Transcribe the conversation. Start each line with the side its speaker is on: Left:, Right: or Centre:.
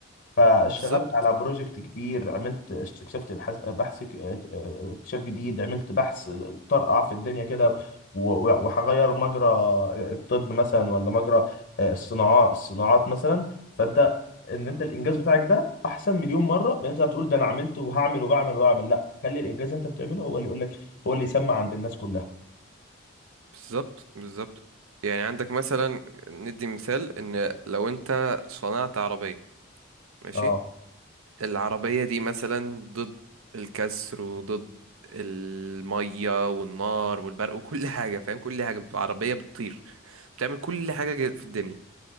Left: فاشتغلت
Right: بالظبط
Left: على بروجكت كبير عملت اكتشفت بحث بحث ك- اكتشاف جديد عملت بحث طرقع في الدنيا كده و- و- وهغير مجرى الطب مثلا ولا مجرى الصناعات الصناعات مثلا فانت ان انت الانجاز بتاعك ده احسن مليون مره من انت هتقول ده انا عملت وهعمل وبعمل واعمل لا خلي الانجاز اللي انت بتعمله هو اللي يقول لك هو اللي يسمع عند الناس كلها
Right: بالظبط بالظبط يعني عندك مثلا ندي مثال ان لو انت صنعت عربية ماشي
Left: اه
Right: العربية دي مثلا ضد الكسر وضد المية والنار والبرق وكل حاجة فاهم كل حاجة عربية بتطير بتعمل كل حاجة ج- في الدنيا